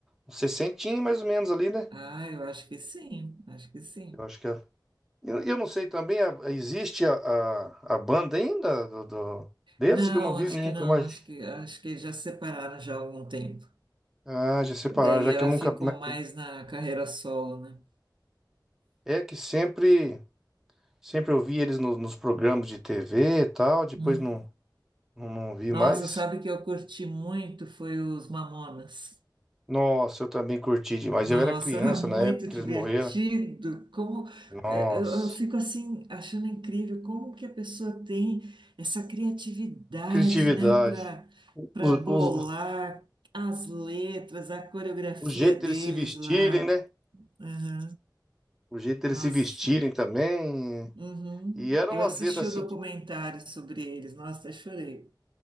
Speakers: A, in the centre; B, on the right.
A: uns 60 mais ou menos ali, né?
B: Ah, eu acho que sim, acho que sim.
A: Eu acho que ela. Eu, eu não sei também, a- a- existe a, a, a banda ainda do, do- deles
B: Não,
A: que eu não vi
B: acho
A: nunca
B: que não,
A: mais.
B: acho que acho que eles já se separaram já há algum tempo.
A: Ah, já separaram,
B: Daí
A: já
B: ela
A: que eu nunca.
B: ficou
A: mas
B: mais na carreira solo, né?
A: É que sempre, sempre eu vi eles no- nos programas de TV e tal, depois
B: Hum.
A: não, não, não vi
B: Nossa,
A: mais.
B: sabe que eu curti muito foi os Mamonas.
A: Nossa, eu também curti demais.
B: Nossa,
A: Eu era criança
B: era muito
A: na época
B: divertido.
A: que eles morreram.
B: Como
A: Nossa,
B: eh, eu, eu fico assim achando incrível como que a pessoa tem essa criatividade,
A: criatividade.
B: né, para
A: O,
B: para bolar
A: o, o
B: as letras, a coreografia
A: o jeito
B: deles
A: deles se vestirem,
B: lá.
A: né?
B: né?
A: O jeito deles
B: Nossa.
A: se vestirem também.
B: Uhum.
A: E eram
B: Eu assisti
A: as letras
B: o
A: assim
B: documentário
A: que.
B: sobre eles, nossa, até chorei.